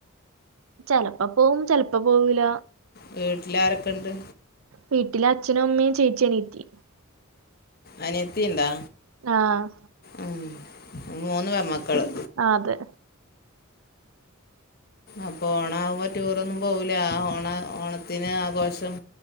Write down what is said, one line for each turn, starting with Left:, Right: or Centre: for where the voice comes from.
Right: ചെലപ്പോ പോവും. ചെലപ്പോ പോവൂല.
Left: വീട്ടിലാരൊക്കെണ്ട്?
Right: വീട്ടിലച്ഛനും, അമ്മേം, ചേച്ചി, അനീത്തി.
Left: അനിയത്തിണ്ടാ?
Right: ആഹ
Left: ഉം മൂന്ന് പെൺ മക്കള്.
Right: ആ അതെ.
Left: അപ്പൊ ഓണ ആകുമ്പോ ടൂറൊന്നും പോവുല. ആ ഓണ ഓണത്തിന് ആഘോഷം